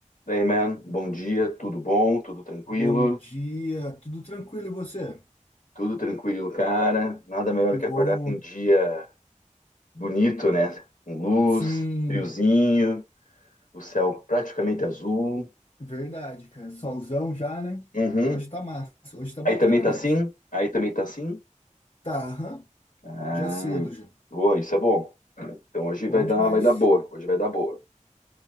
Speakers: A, on the left; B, on the left.
A: Daí, man, bom dia, tudo bom, tudo tranquilo,
B: Bom dia, tudo tranquilo e você?
A: tudo tranquilo, cara. Nada melhor
B: Que
A: que
B: bom.
A: acordar com um dia bonito, né? Com luz,
B: Sim,
A: friozinho, o céu praticamente azul.
B: verdade, cara. Solzão já, né?
A: Uhum.
B: Hoje tá massa, hoje tá bacana
A: Aí também tá
B: mesmo.
A: assim? Aí também tá assim?
B: Tá, aham,
A: Ah,
B: já cedo já.
A: boa, isso é bom. Então hoje
B: Bom
A: vai dar,
B: demais.
A: vai dar boa. Hoje vai dar boa.